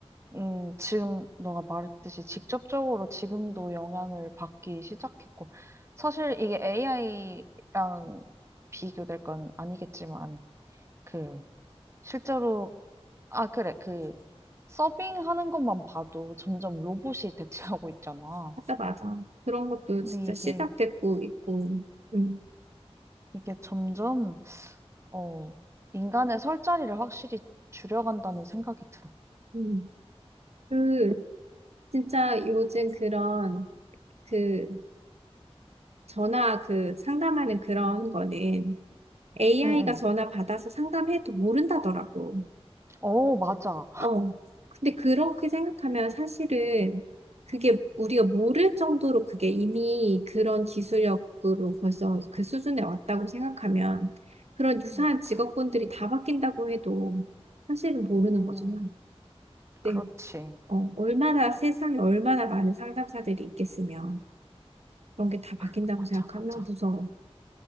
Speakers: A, on the right; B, on the right.
A: 음, 지금 너가 말했듯이 직접적으로 지금도 영향을 받기 시작했고, 사실 이게 AI랑 비교될 건 아니겠지만, 그, 실제로 아, 그래. 그, 서빙하는 것만 봐도 점점 로봇이 대체하고 있잖아.
B: 맞아, 맞아. 그런 것도
A: 근데
B: 진짜
A: 이게,
B: 시작됐고 있고, 음,
A: 이게 점점, 어, 인간의 설 자리를 확실히 줄여간다는 생각이 들어.
B: 음. 그, 진짜 요즘 그런 그 전화 그 상담하는 그런 거는 AI가
A: 응, 응.
B: 전화 받아서 상담해도 모른다더라고.
A: 어, 맞아.
B: 어. 근데 그렇게 생각하면 사실은 그게 우리가 모를 정도로 그게 이미 그런 기술력으로 벌써 그 수준에 왔다고 생각하면 그런 유사한
A: 맞아.
B: 직업군들이 다 바뀐다고 해도 사실은 모르는
A: 음,
B: 거잖아. 네.
A: 그렇지.
B: 어, 얼마나 세상에 얼마나 많은 상담사들이 있겠으며 그런 게 다 바뀐다고
A: 그, 맞아,
B: 생각하면
A: 맞아.
B: 무서워.